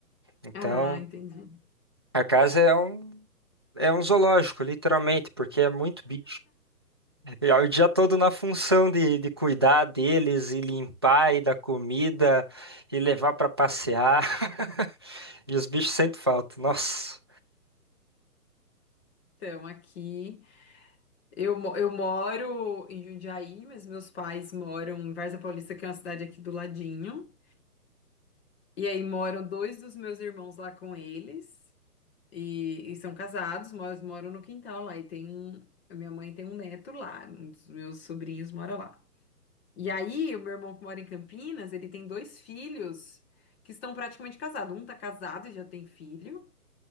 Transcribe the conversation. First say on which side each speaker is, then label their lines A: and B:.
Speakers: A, on the right; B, on the left.
A: Então,
B: Ah, entendi.
A: a casa é um, é um zoológico, literalmente, porque é muito bicho. E é o dia todo na função de, de cuidar deles e limpar e dar comida e levar pra passear. <laughs> E os bichos sentem falta. Nossa,
B: Então, aqui eu, mo- eu moro em Jundiaí, mas meus pais moram em Varza Paulista, que é uma cidade aqui do ladinho. E aí moram dois dos meus irmãos lá com eles. E, e são casados, mas moram no quintal lá. E tem um, a minha mãe tem um neto lá, um dos meus sobrinhos mora lá. E aí, o meu irmão que mora em Campinas, ele tem dois filhos que estão praticamente casados. Um tá casado e já tem filho,